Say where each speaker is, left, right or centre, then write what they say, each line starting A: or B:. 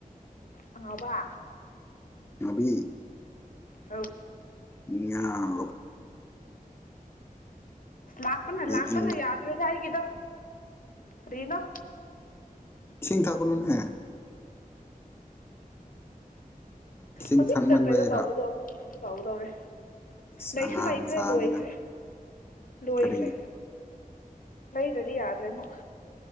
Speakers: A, on the left; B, on the left.
A: ꯑꯉꯥꯎꯕ
B: ꯑꯉꯥꯎꯕꯤ
A: ꯍꯥꯎ
B: <unintelligible>
A: ꯂꯥꯛꯄꯅ
B: ꯏꯁꯤꯡ
A: ꯂꯥꯛꯄꯅ ꯌꯥꯗ꯭ꯔꯦꯗ ꯑꯩ ꯇꯦꯗ ꯀꯔꯤꯅꯣ
B: ꯁꯤꯡ ꯊꯛꯀꯅꯨꯅꯦ ꯏꯁꯤꯡ
A: ꯍꯧꯖꯤꯛꯇ
B: ꯊꯛꯃꯟꯕꯩꯔꯥ
A: ꯀꯩꯅꯣ ꯇꯧꯕꯗꯣ ꯑꯃꯨꯛ ꯀꯩꯅꯣ ꯇꯧꯒꯗꯧꯔꯦ
B: ꯑꯁ
A: ꯂꯩꯁꯨ
B: ꯑꯉꯥꯡ
A: ꯂꯩꯇ꯭ꯔꯦ
B: ꯃꯆꯥꯅꯤꯅ
A: ꯂꯣꯏꯈ꯭ꯔꯦ ꯂꯣꯏꯈ꯭ꯔꯦ
B: ꯀꯔꯤ
A: ꯂꯩꯗ꯭ꯔꯗꯤ ꯌꯥꯗ꯭ꯔꯦ ꯃꯨꯛ